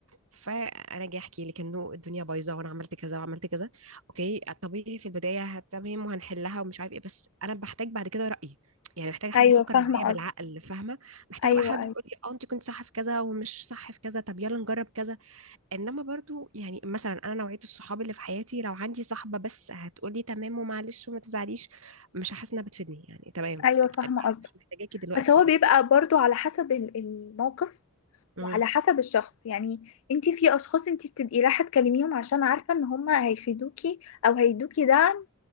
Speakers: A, on the right; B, on the left.
A: فانا جاي احكي لك انه الدنيا بايظة وانا عملت كذا وعملت كذا اوكي طبيعي في البداية هت- تمام وهنحلها ومش عارف ايه بس انا بحتاج بعد كده رأيي يعني محتاجة حد
B: ايوه
A: يفكر
B: فاهمة
A: معايا بالعقل
B: قصدك
A: فاهمة محتاجة
B: ايوه
A: بقى حد
B: ايوه
A: يقول لي اه انت كنت صح في كذا ومش صح في كذا طب يلا نجرب كذا انما برضو يعني مثلا انا نوعيه الصحاب اللي في حياتي لو عندي صاحبه بس هتقولي تمام ومعلش وما تزعليش مش هحس انها بتفيدني يعني تمام
B: ايوه فاهمة
A: انا
B: قصدك
A: مش محتاجاكي دلوقتي
B: بس هو
A: يعني
B: بيبقى برضو على حسب ال- الموقف
A: امم
B: وعلى حسب الشخص يعني انتي في اشخاص انتي بتبقي رايحة تكلميهم عشان عارفة ان هما هيفيدوكي او هيدوكي دعم